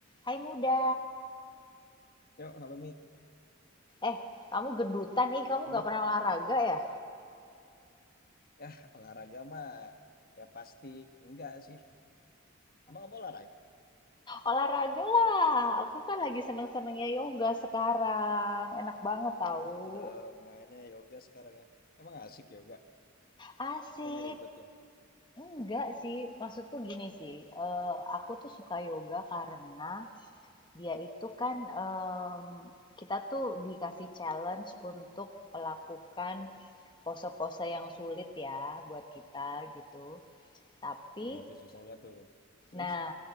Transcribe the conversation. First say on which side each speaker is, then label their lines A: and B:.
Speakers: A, on the left (about 25°); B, on the left (about 45°).
A: Hai muda,
B: Yuk, halo Mi.
A: eh kamu gendutan nih, kamu
B: Hmm?
A: nggak pernah olahraga ya?
B: Ya, olahraga mah ya pasti enggak sih. Emang apa olahraga?
A: Olahraga lah, aku kan lagi seneng-senengnya yoga sekarang, enak banget tahu.
B: Ih, udah mainnya yoga sekarang ya. Emang asik yoga.
A: Asik,
B: Bukannya ribet ya.
A: enggak sih, maksudku gini sih, eh, aku tuh suka yoga karena dia itu kan em, kita tuh dikasih challenge untuk melakukan pose-pose yang sulit ya buat kita gitu. Tapi
B: Nah, itu susahnya tuh. Terus,
A: Nah,